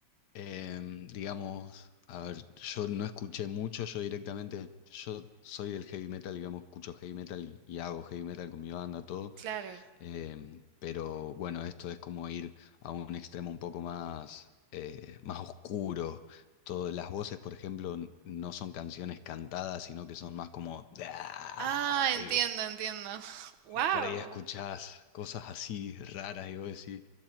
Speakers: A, on the left; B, on the right.
A: Em, digamos, a ver, yo no escuché mucho, yo directamente, yo soy del heavy metal, digamos, escucho heavy metal y, y hago heavy metal con mi banda, todo.
B: Claro.
A: Em, pero bueno, esto es como ir a un extremo un poco más, eh, más oscuro. Todas las voces, por ejemplo, n- no son canciones cantadas, sino que son más como... "Ah",
B: Ah, entiendo,
A: y
B: entiendo. Wow.
A: por ahí escuchás cosas así raras y vos decís...